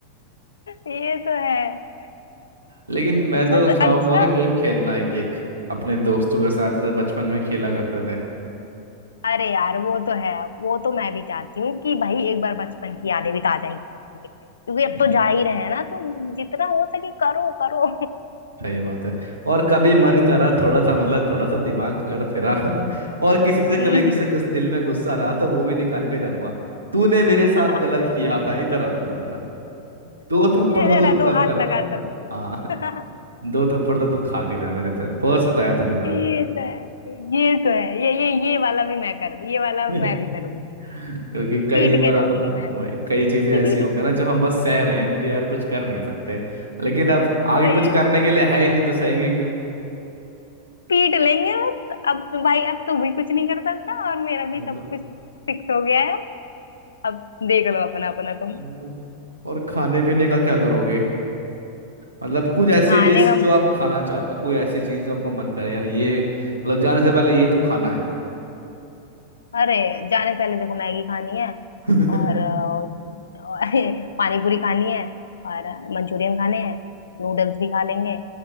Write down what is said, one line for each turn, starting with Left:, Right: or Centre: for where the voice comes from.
Left: ये तो है
Right: लेकिन मैं
Left: अच्छा
Right: तो
Left: से
Right: चाहूंगा
Left: अच्छा
Right: कि गेम खेलना एक एक अपने दोस्तों के साथ जैसे बचपन में खेला करते थे
Left: अरे यार वो तो है वो तो मैं भी चाहती हूँ कि भाई एक बार बचपन की यादें भी ताजा ही कर लेंगे क्योंकि अब
Right: हम्म,
Left: तो जा ही रहे हैं ना तो जितना हो सके करो करो
Right: सही बात है और कभी मन करा थोड़ा सा मतलब थोड़ा सा दिमाग अगर फिरा <laughs> और किसी से
Left: हम्म,
Right: कभी गुस्से गुस, दिल में गुस्सा रहा तो वो भी निकाल के जाऊंगा तूने मेरे साथ
Left: <laughs> हाँ।
Right: गलत किया था इधर आ तू इधर आ दो थप्पड़
Left: जरा
Right: तो तू डिजर्व
Left: दो हाथ
Right: करता
Left: लगा
Right: है
Left: चलो
Right: हाँ
Left: <laughs>
Right: दो थप्पड़ तो तू खा के जा मेरे साथ बहुत सताया तूने मेरे
Left: ये
Right: को
Left: तो है ये तो है ये ये ये वाला भी मैं करूँ ये वाला
Right: <laughs>
Left: मैं भी करूंगी
Right: क्योंकि कई
Left: पीट
Right: बार
Left: के जाऊंगी
Right: होता है ना
Left: मैं
Right: वो है, कई चीजें
Left: <laughs>
Right: ऐसी होंगी ना जो हम बस सह रहे हैं क्योंकि यार कुछ कर नहीं सकते लेकिन अब
Left: वही
Right: आगे कुछ करने के लिए है
Left: <laughs>
Right: ही नहीं तो सहेंगे क्यों
Left: पीट लेंगे बस अब तो भाई अब तू भी कुछ नहीं कर सकता और मेरा भी
Right: वो
Left: सब
Right: तो
Left: कुछ फिक्स हो गया है अब देख लो अपना अपना तुम
Right: वो तो और खाने पीने का क्या करोगे मतलब कुछ ऐसी
Left: खाने
Right: डिश
Left: का
Right: जो आप खाना चाहते हो कोई ऐसी चीज जो आपको मन करे यार ये मतलब जाने से पहले ये तो खाना है
Left: अरे जाने से पहले देखो मैगी खानी है
Right: <laughs> हम्म
Left: और, अ, और <laughs> पानी पूरी खानी है और मंचूरियन खाने हैं नूडल्स भी खा लेंगे